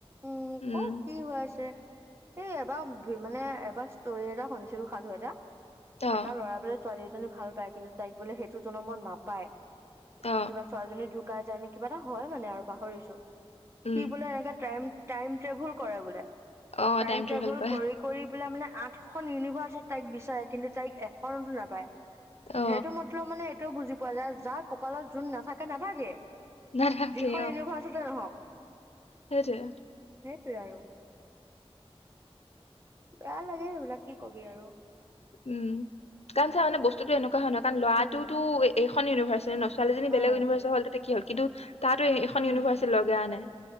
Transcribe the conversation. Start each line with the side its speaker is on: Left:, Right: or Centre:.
Right: উ
Left: উম
Right: কত কি হৈ আছে। এই এবাৰ মানে এবাৰ ষ্টৰি এটা শুনিছিলো সাধু এটা-
Left: অ
Right: এটা ল'ৰা বোলে ছোৱালী এজনী ভাল পায় কিন্তু তাইক বোলে সেইটো জনমত নাপায়
Left: অ
Right: কিবা ছোৱালী- শুকাই যায় নে কিবা এটা হয় মানে আৰু পাহৰিছো
Left: উম
Right: সি বোলে এনেকা ট্ৰাইম টাইম ট্ৰেবুল কৰে বোলে
Left: অ
Right: টাইম
Left: ট্ৰেভেল
Right: ট্ৰেবুল
Left: কৰা
Right: কৰি কৰি। পেলাই মানে আঠখন ইউনিভাৰ্চত তাইক বিচাৰে কিন্তু তাইক এখনতো নাপায়।
Left: অ
Right: সেইটো মতলব মানে এইটো বুজি পোৱা যায় যাৰ কপালত যোন নাথাকে - নাথাকে।
Left: নথাকে।
Right: এখন ইউনিভাৰ্চিতে নহওক।
Left: সেইটোৱে।
Right: সেইটোৱে আৰু বেয়া লাগে এইবিলাক কি কবি আৰু।
Left: উম কাৰণ চা মানে বস্তুতটো এনেকুৱা হয় ন কাৰণ ল'ৰাটোতো
Right: উম,
Left: এইখন ইউনিভাৰ্চিটি ন ছোৱালীজনী
Right: উম,
Left: বেলেগ ইউনিভাৰ্চৰ হল তাতে কি হল, কিন্তু তাতো এখন
Right: উম,
Left: ইউনিভাৰ্চি লগাই আনে